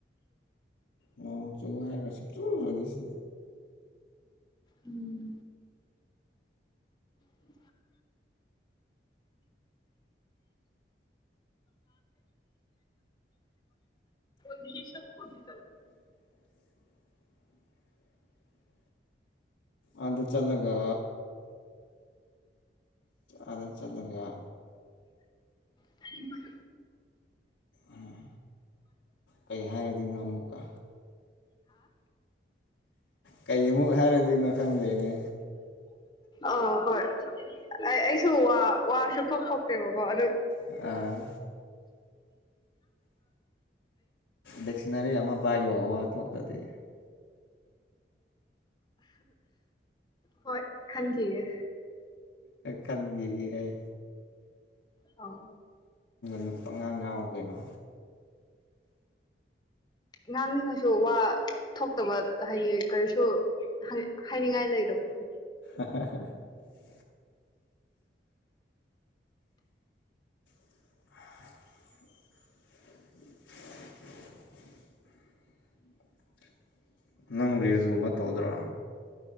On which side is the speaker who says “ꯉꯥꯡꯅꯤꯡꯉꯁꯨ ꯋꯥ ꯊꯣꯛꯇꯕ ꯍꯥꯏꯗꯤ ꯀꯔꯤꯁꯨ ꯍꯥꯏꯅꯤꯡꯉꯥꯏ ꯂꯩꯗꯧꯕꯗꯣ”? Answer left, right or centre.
Left